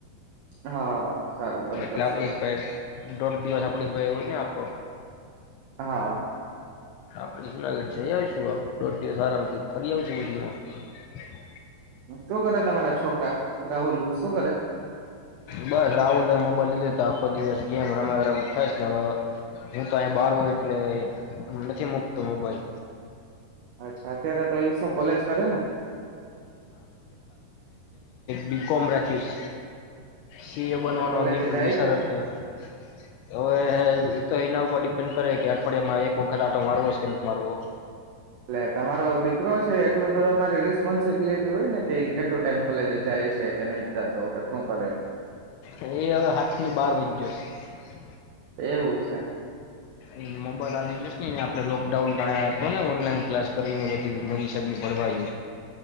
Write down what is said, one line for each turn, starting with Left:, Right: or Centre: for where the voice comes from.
Right: હા. સારું એમ
Left: એટલે
Right: કરશું
Left: આપડી
Right: તો
Left: પાહે દોઢ દિવસ આપડી ભાઈ હોય ને આખો.
Right: હા
Left: આપણે જુનાગઢ જઈ આવીશું દોઢ દિવસ આરામથી ફરી આવશું બધીમાં
Right: શું કરે તમારા છોકરા રાહુલ શું કરે
Left: બસ રાહુલ મોબાઈલ લીધો તો આખો દિવસ ગેમ રમા ગરમ થાય ને હવે હું તો અહી બહાર એટલે નથી મુકતો મોબાઈલ
Right: અચ્છા અત્યારે તો એ શું કોલેજ કરે ને
Left: બિકમ રાખીશ સી એ બનવાનો
Right: અચ્છા કોલેજે
Left: વિસ
Right: જાય કે
Left: વર્ષ થયાં હવે એના ઉપર ડિપેન્ડ કરે કે અઠવાડિયામાં એક વખત આટો મારવો કે નથી મારવો
Right: એટલે તમારો દીકરો છે એટલું તો તમારી રિસ્પોન્સિબિલિટી હોય ને કે કેટલું ટાઈમ કોલેજ જાય છે કે નઈ જતો કે શું કરે
Left: એ હવે હાથની બહાર વધજો છે
Right: એવું છે
Left: એ મોબાઈલ આવી જશે ને આપે લોકડાઉન ત હતો ને ઓનલાઈન ક્લાસ કરીને બધી મરી સાબની ભણવા